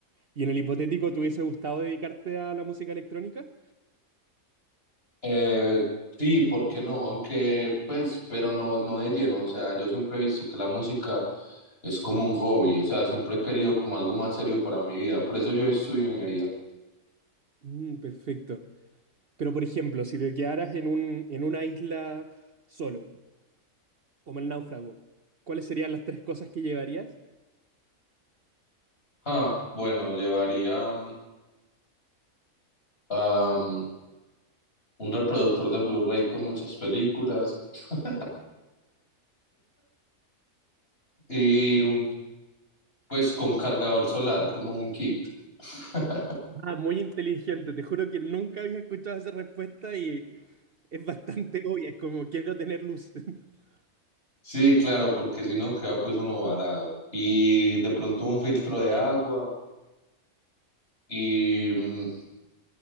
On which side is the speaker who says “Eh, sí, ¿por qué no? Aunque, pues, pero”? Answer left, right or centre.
Left